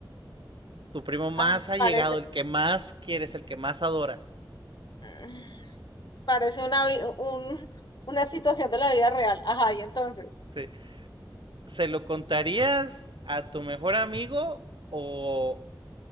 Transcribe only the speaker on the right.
Tu primo más
allegado,
el que más quieres, el que más adoras.
Sí. ¿Se lo contarías a tu mejor amigo o,